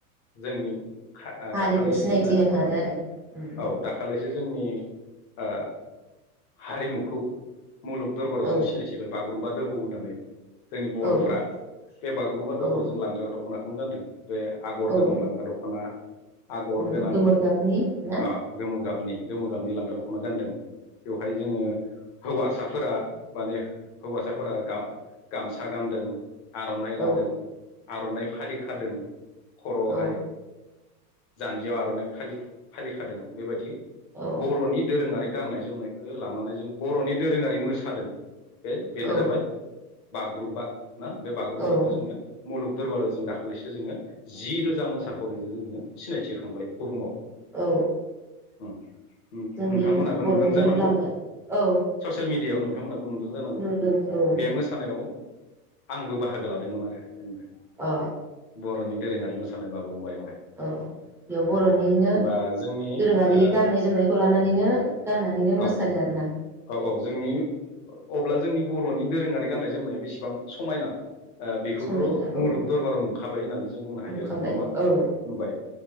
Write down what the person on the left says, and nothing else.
जोंनि खा
दाखालिसो
जोंना
औ दाखालिसो जोंनि ओ हारिमुखौ मुलुग दरबाराव
जों सिनायथिबाय बाग गुरुमबा दोहौ होनानै। जोंनि बर'फ्रा
बे बागुरुम्बा दोहौआव
जों लांगा दख'ना खौनो गान्दों। बे आगर
गोनां लांगा दख'ना आगर
गोनां
आ गोमो गाबनि। गोमो गाबनि लांगा दख'ना गानदों। बेवहाय जोङो हौवासाफोरा माने हौवासाफोरा गा-गामसा गानदों। आर'नाइ
लादों। आर'नाइ फालि खादों। खर'आवहाय
जानजियाव आर'नाइ फालि फालिखादों बेबादि
बर'नि दोरोङारि गाननाय जोमनायखो लानानै जों बर'नि दोरोङारि मोसादों। बे बेनो
जाबाय बागुरुम्बा ना बे बागुरुम्बाखौ
जोङो मुलुग दरबाराव जों दाखालिसो जोङो जि रोजा मोसाखावरिजो जों ङो सिनायथि होखांबाय बुहुमाव।
अ उम
नोंथांमोनाबो
नुदों जानांगौ
ससियेल मिडियायाव नों थां मोनाबो नु दों जानांगौ
बे मोसानायाव आंबो बाहागो लादोंमोन आरो जेनेबा
बर'नि दोरोङारि मोसानाय बागुरुम्बायावहाय।
होमबा जोंनि
ओ
औ
औ औ जोंनि अब्ला जोंनि बर'नि दोरोङारि गाननाय जोमनाया बेसेबां समायना आ बेखौथ'
मुलुग दरबाराव नुखाबाय होननानै जों बुंनो हायो
आरो नङा होमबा?
नुबाय